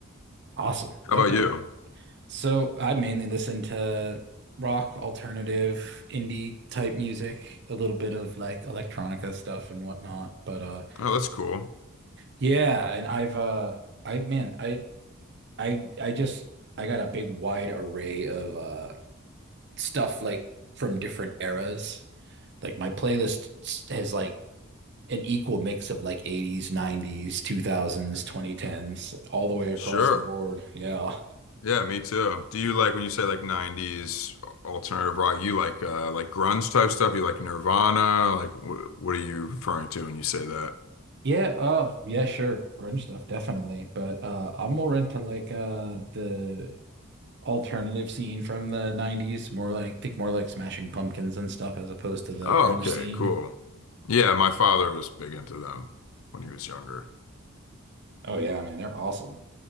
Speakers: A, on the right; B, on the left.
A: Awesome.
B: How
A: Okay.
B: about you?
A: So I mainly listen to rock, alternative, indie type music, a little bit of like electronica stuff and whatnot. But uh
B: Oh, that's cool.
A: yeah, and I've uh I man, I I I just I got a big wide array of uh stuff like from different eras. Like my playlist s- has like an equal mix of like 80s, 90s, 2000s, 2010s, all the way across
B: Sure.
A: the board. Yeah.
B: Yeah, me too. Do you like when you say like 90s alternative rock, you like uh like grunge type stuff? You like Nirvana? Like what what are you referring to when you say that?
A: Yeah, uh, yeah, sure. Grunge stuff, definitely. But uh I'm more into like uh the alternative scene from the 90s, more like think more like Smashing Pumpkins and stuff as opposed to the
B: Oh,
A: grunge
B: okay,
A: scene.
B: cool. Yeah, my father was big into them when he was younger.
A: Oh yeah, man, they're awesome.